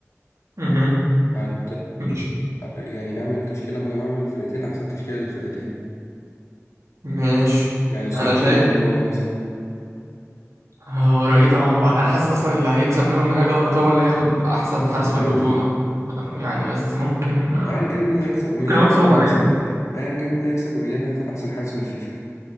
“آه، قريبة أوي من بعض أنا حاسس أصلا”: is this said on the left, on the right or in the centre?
Right